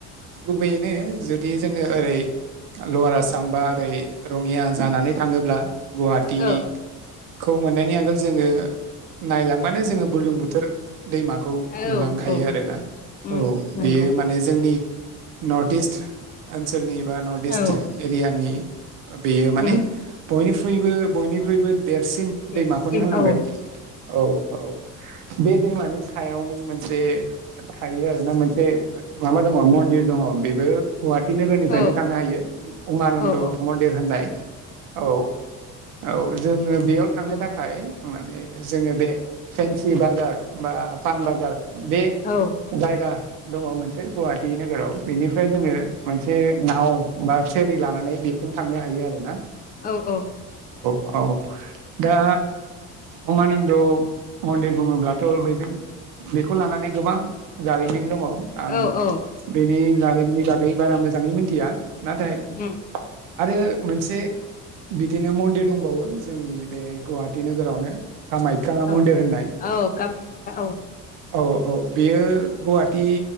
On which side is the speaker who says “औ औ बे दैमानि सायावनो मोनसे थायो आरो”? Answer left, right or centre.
Right